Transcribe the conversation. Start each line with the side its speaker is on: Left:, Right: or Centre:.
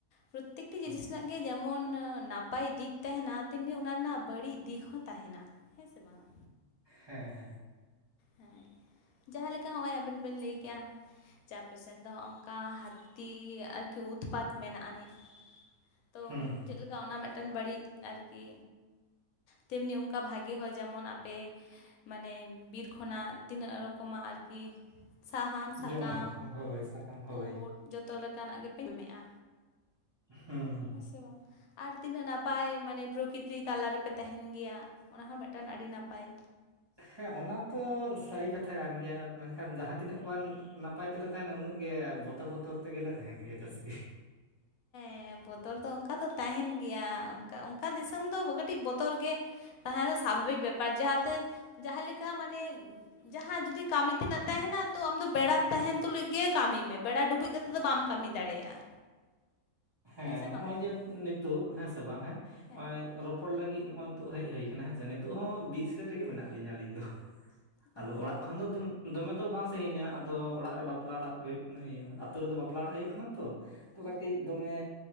Left: ᱯᱨᱚᱛᱮᱠᱴᱤ
Right: ᱦᱮᱸ
Left: ᱡᱤᱱᱤᱥ ᱨᱮᱱᱟᱜ ᱜᱮ ᱡᱮᱢᱚᱱ ᱱᱟᱯᱟᱭ ᱫᱤᱠ ᱛᱟᱦᱮᱱᱟ ᱛᱮᱢᱱᱤ ᱚᱱᱟ ᱨᱮᱱᱟᱜ ᱵᱟᱹᱲᱤᱡ ᱫᱤᱠ ᱦᱚᱸ ᱛᱟᱦᱮᱱᱟ ᱦᱮᱸ ᱥᱮ ᱵᱟᱝᱟ
Right: ᱦᱮᱸ ᱦᱮᱸ
Left: ᱦᱮᱸ ᱡᱟᱦᱟᱸ ᱞᱮᱠᱟ ᱦᱚᱸᱜᱼᱚᱭ ᱟᱵᱤᱱ ᱵᱤᱱ ᱞᱟᱹᱭ ᱠᱮᱜᱼᱟ ᱡᱮ ᱟᱯᱮ ᱥᱮᱱ ᱫᱚ ᱦᱚᱸᱚ ᱚᱱᱠᱟ ᱦᱟᱹᱛᱤ ᱟᱨᱠᱤ ᱩᱛᱯᱟᱛ ᱢᱮᱱᱟᱜ ᱟᱹᱱᱤᱡ ᱛᱚ
Right: ᱦᱮᱸ ᱦᱮᱸ
Left: ᱪᱮᱫ ᱞᱮᱠᱟ ᱚᱱᱟ ᱢᱤᱫᱴᱟᱱ ᱵᱟᱹᱲᱤᱡ ᱟᱨᱠᱤ ᱛᱮᱢᱱᱤ ᱚᱱᱠᱟ ᱵᱷᱟᱜᱤ ᱦᱚᱸ ᱡᱮᱢᱚᱱ ᱟᱯᱮ ᱢᱟᱱᱮ ᱵᱤᱨ ᱠᱚ ᱠᱷᱚᱱᱟᱜ ᱛᱤᱱᱟᱹᱜ ᱨᱚᱠᱚᱢᱟᱜ ᱟᱨᱠᱤ ᱥᱟᱦᱟᱱ ᱥᱟᱠᱟᱢ
Right: ᱡᱚᱢᱟᱜ ᱠᱚ ᱦᱳᱭ ᱥᱟᱠᱟᱢ ᱦᱳᱭ
Left: ᱩᱫ ᱡᱚᱛᱚ ᱞᱮᱠᱟᱱᱟᱜ ᱜᱮᱯᱮ ᱧᱟᱢ ᱮᱜᱼᱟ
Right: ᱦᱩᱸ
Left: ᱦᱮᱸᱥᱮ ᱵᱟᱝᱟ ᱟᱨ ᱛᱤᱱᱟᱹᱜ ᱱᱟᱯᱟᱭ ᱢᱟᱱᱮ ᱯᱚᱨᱚᱠᱤᱛᱤ ᱛᱟᱞᱟᱨᱮ ᱯᱮ ᱛᱟᱦᱮᱱ ᱜᱮᱭᱟ ᱚᱱᱟ ᱦᱚᱸ ᱢᱤᱫᱴᱟᱝ ᱟᱹᱰᱤ ᱱᱟᱯᱟᱭ
Right: ᱦᱮᱸ ᱚᱱᱟ ᱛᱚ ᱥᱟᱹᱨᱤ ᱠᱟᱛᱷᱟ ᱠᱟᱱ ᱜᱮᱭᱟ ᱢᱮᱱᱠᱷᱟᱱ ᱡᱟᱦᱟᱸ ᱛᱤᱱᱟᱹᱜ ᱜᱟᱱ ᱱᱟᱯᱟᱭ ᱛᱮᱞᱮ ᱛᱟᱦᱮᱸᱱᱟ ᱩᱱᱟᱹᱜ ᱜᱮ ᱵᱚᱛᱚᱨ ᱵᱚᱛᱚᱨ ᱛᱮᱜᱮ ᱛᱟᱦᱮᱸᱱ ᱜᱮᱭᱟ ᱡᱟᱹᱥᱛᱤ
Left: ᱦᱮᱸ ᱵᱚᱛᱚᱨ ᱫᱚ ᱚᱱᱠᱟ ᱫᱚ ᱛᱟᱦᱮᱱ ᱜᱮᱭᱟ ᱚᱱᱠᱟ ᱚᱱᱠᱟ ᱫᱤᱥᱚᱢ ᱫᱚ ᱠᱟᱹᱴᱤᱡ ᱵᱚᱛᱚᱨ ᱜᱮ ᱛᱟᱦᱮᱸ ᱫᱚ ᱥᱟᱵᱷᱟᱵᱤᱠ ᱵᱮᱯᱟᱨ ᱡᱟᱦᱟᱸᱛᱮ ᱡᱟᱦᱟᱸ ᱞᱮᱠᱟ ᱢᱟᱱᱮ ᱡᱟᱦᱟᱸ ᱡᱩᱫᱤ ᱠᱟᱹᱢᱤ ᱛᱮᱱᱟᱜ ᱛᱟᱦᱮᱸᱱᱟ ᱛᱚ ᱟᱢ ᱫᱚ ᱵᱮᱲᱟ ᱛᱟᱦᱮᱸᱱ ᱛᱩᱞᱩᱡ ᱜᱮ ᱠᱟᱹᱢᱤ ᱢᱮ ᱵᱮᱲᱟ ᱰᱩᱵᱩᱡ ᱠᱟᱛᱮ ᱛᱮᱫᱚ ᱵᱟᱢ ᱠᱟᱹᱢᱤ ᱫᱟᱲᱮᱭᱟᱜᱼᱟ
Right: ᱦᱮᱸ
Left: ᱥᱮ ᱵᱟᱝᱟ
Right: ᱱᱚᱜᱼᱚᱭ ᱡᱮ ᱱᱤᱛᱚᱜ ᱦᱮᱸ ᱥᱮ ᱵᱟᱝ ᱦᱮᱸ
Left: ᱦᱮᱸ
Right: ᱱᱚᱜᱼᱚᱭ ᱨᱚᱯᱚᱲ ᱞᱟᱹᱜᱤᱫ ᱱᱚᱜᱼᱚᱭ ᱱᱤᱛᱚᱜ ᱦᱮᱡ ᱦᱩᱭ ᱟᱠᱟᱱᱟ ᱦᱮᱸ ᱥᱮ ᱱᱤᱛᱚᱜ ᱦᱚᱸ ᱵᱤᱨ ᱥᱮᱫ ᱨᱮᱜᱮ ᱢᱮᱱᱟᱜ ᱞᱤᱧᱟᱹ ᱟᱹᱞᱤᱧ ᱫᱚ ᱟᱫᱚ
Left: ᱚ
Right: ᱚᱲᱟᱜ ᱠᱷᱚᱱ ᱫᱚ ᱫᱚᱢᱮ ᱫᱚ ᱵᱟᱝ ᱥᱟᱹᱜᱤᱧᱟ ᱟᱫᱚ ᱚᱲᱟᱜ ᱨᱮ ᱵᱟᱯᱞᱟ ᱚᱲᱟᱜ ᱦᱩᱭᱩᱜ ᱠᱟᱱᱟ ᱤᱭᱟᱹ ᱟ ᱟᱹᱛᱩ ᱨᱮᱫᱚ ᱵᱟᱯᱞᱟ ᱚᱲᱟᱜ ᱦᱩᱭᱩᱜ ᱠᱟᱱᱟ ᱛᱚ ᱛᱚ
Left: ᱚ
Right: ᱠᱟᱹᱴᱤᱡ ᱫᱚᱢᱮ